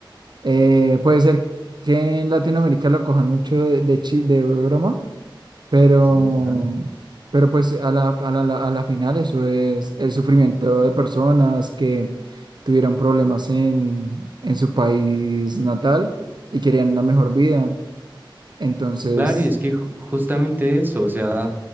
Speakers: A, on the right; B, on the right.
A: Eh, puede ser que en Latinoamérica lo cojan mucho de, de, chi- de broma, pero,
B: Ujú, ajá.
A: pero pues a la, a la, la- a la final eso es el sufrimiento de personas que tuvieron problemas en, en su país natal y querían una mejor vida. Entonces,
B: Claro, y es que ju- justamente eso, o sea,